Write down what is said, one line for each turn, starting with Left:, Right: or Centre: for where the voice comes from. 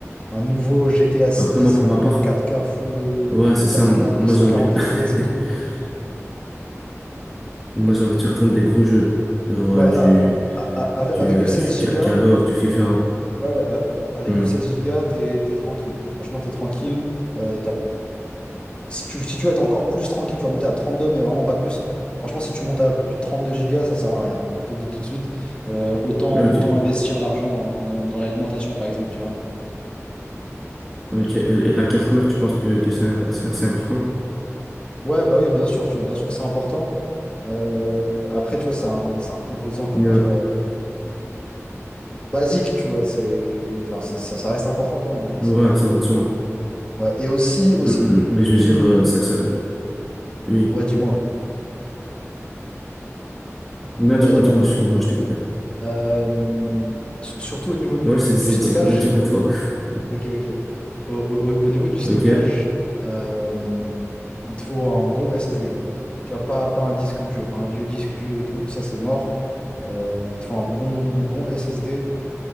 Left: un nouveau GTA six
Centre: Après, moi, pour
Left: en
Centre: ma part,
Left: quatre k full euh,
Centre: ouais, c'est
Left: 4K
Centre: ça. m-
Left: 240
Centre: Moi, j'ai envie,
Left: FPS et tout.
Centre: <laughs> moi, j'ai envie de retourner des gros jeux. Genre,
Left: Ouais,
Centre: euh, du,
Left: à- à- à- avec,
Centre: du,
Left: avec
Centre: euh,
Left: du 16
Centre: du
Left: gigas.
Centre: Ca- Call of, du FIFA.
Left: Ouais, ouais, euh, avec
Centre: Hmm.
Left: du 16 gigas, t'es, t'es tranquille. Franchement, t'es tranquille. Euh, t'as- si tu, si tu veux être encore plus tranquille, tu vas monter à 32, mais vraiment pas plus. Franchement, si tu montes à plus de 32 gigas, ça sert à rien. Je te le dis tout de suite. Euh, autant,
Centre: Ok.
Left: autant investir l'argent dans, dans, dans l'alimentation, par exemple, tu vois.
Centre: Ok. Et, et la carte mère, tu penses que, que c'est c'est assez important?
Left: Ouais, bah oui, bien sûr, tu vois, bien sûr que c'est important. Euh, après, tu vois, c'est un, c'est un composant, comment
Centre: Euh,
Left: dire, euh, basique, tu vois. C'est, enfin, c'est- ça, ça reste important quand même, tu vois.
Centre: Ouais,
Left: C'est,
Centre: ça va de soi.
Left: ouais. Et aussi, aussi,
Centre: Hmm, hmm. Mais
Left: une,
Centre: je
Left: une-
Centre: veux dire, euh,
Left: une-
Centre: ça, ça, oui.
Left: ouais, dis-moi.
Centre: Non, dis-moi,
Left: Ouais, dis-moi.
Centre: dis-moi, excuse-moi, je t'ai coupé.
Left: Euh, s- surtout au niveau du,
Centre: Ouais, je te disais,
Left: du stockage.
Centre: dis, non, dis-moi toi. <laughs>
Left: Ok, ok. Au, au- au niveau du stockage,
Centre: Ok.
Left: euh, il te faut un bon SSD. Tu vois, pas, pas un disque dur, un vieux disque dur et tout, ça c'est mort. Euh, il te faut un bon, bon SSD.